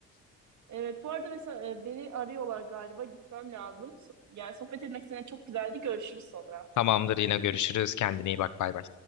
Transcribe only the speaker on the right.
Evet, bu arada mesela e, beni arıyorlar galiba. Gitmem lazım. So- Yani sohbet etmek seninle çok güzeldi. Görüşürüz sonra.